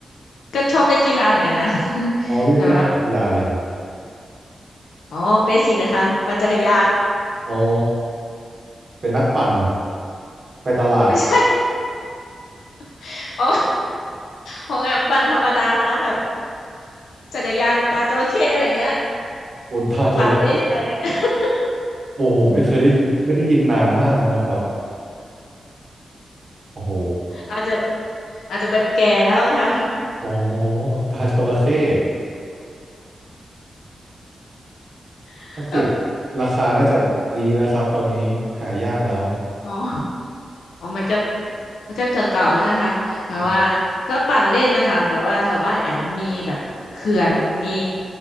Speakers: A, on the left (about 85°); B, on the right (about 55°).
A: ก็ชอบเล่นกีฬาเหมือนกันนะ <laughs>
B: อ๋อเล่นเล่นกีฬาเลยครับ
A: แต่แบบอ๋อเบสิกเลยค่ะปั่นจักรยาน <laughs>
B: อ๋อเป็นนักปั่นไปตลาด
A: ไม่ใช่ <laughs> อ๋อของแอมปั่นธรรมดานะแบบจักรยานตาจระเข้อะไรเงี้ย
B: อุตตาจระเข้
A: ปั่นเล่นอะไรเงี้ย <laughs>
B: โอ้โหไม่เคยได้ยินไม่ได้ยินนานมากแล้วนะครับโอ้โห
A: อาจจะอาจจะแบบแก่แล้วอะค่ะ
B: โอ้โหตาจระเข้
A: <laughs>
B: ถ้าเก็บ
A: แบบ
B: ราคาน่าจะดีนะครับตอนนี้หายากแล้ว
A: อ๋อ อ๋อมันก็มันก็เก่าๆแล้วนะคะแบบว่า
B: อม
A: ก็ปั่นเล่นนะคะ แบบว่าแถวบ้านแอมมันมีแบบเขื่อนมี